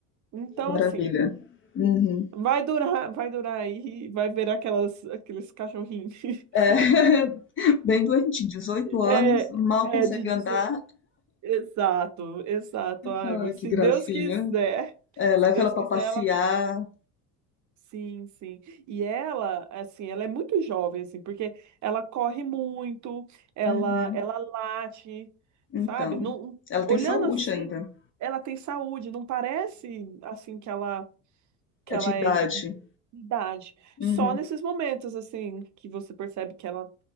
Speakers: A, on the right (about 40°); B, on the left (about 30°).
A: Então,
B: que maravilha.
A: assim,
B: Uhum.
A: vai durar, vai durar aí, vai ver aquelas, aqueles cachorrinhos. <laughs>
B: É, <laughs> bem doentinho, 18 anos,
A: É,
B: mal
A: é
B: consegue
A: de dezo-
B: andar.
A: Exato, exato. Ai,
B: Ai,
A: se
B: que gracinha.
A: Deus quiser,
B: É,
A: se
B: leva
A: Deus
B: ela
A: quiser,
B: pra passear.
A: ela Sim, sim. E ela, assim, ela é muito jovem, assim, porque ela corre muito, ela,
B: Uhum.
A: ela late,
B: Então,
A: sabe? Não,
B: ela tem
A: olhando
B: saúde
A: assim,
B: ainda,
A: ela tem saúde, não parece assim que ela que
B: é
A: ela
B: de idade.
A: é idade.
B: Uhum.
A: Só nesses momentos assim que você percebe que ela